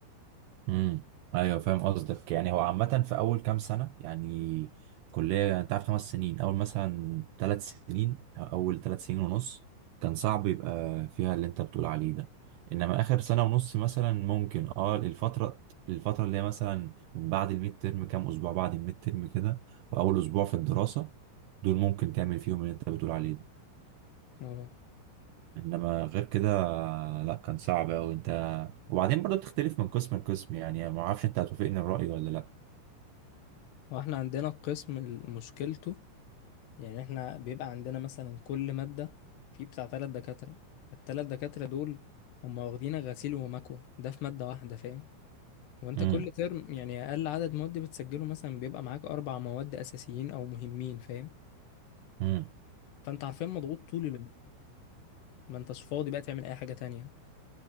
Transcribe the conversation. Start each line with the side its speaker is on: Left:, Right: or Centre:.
Right: امم ايوه فاهم قصدك يعني هو عامة في اول كام سنة يعني كلية انت عارف خمس سنين اول مثلا ثلاث سنين أو اول ثلاث سنين ونص كان صعب يبقى فيها اللي انت بتقول عليه ده انما اخر سنة ونص مثلا ممكن اه الفترة الفترة اللي هي مثلا من بعد الميد ترم كام اسبوع بعد الميد ترم كده واول اسبوع في الدراسة دول ممكن تعمل فيهم اللي انت بتقول عليه ده
Left: اه
Right: انما غير كده لا كان صعب اوي انت وبعدين برضه بتختلف من قسم لقسم يعني ما اعرفش انت هتوافقني الرأي ولا لا
Left: هو احنا عندنا القسم مشكلته يعني احنا بيبقى عندنا مثلا كل مادة في بتاع تلات دكاترة التلات دكاترة دول هم واخدين غسيل ومكوى ده في مادة واحدة فاهم وانت
Right: امم
Left: كل ترم يعني اقل عدد مواد بتسجله مثلا بيبقى معاك اربع مواد اساسيين او مهمين فاهم
Right: امم
Left: فانت عارفين مضغوط طول الوقت ما انتش فاضي بقى تعمل اي حاجة تانية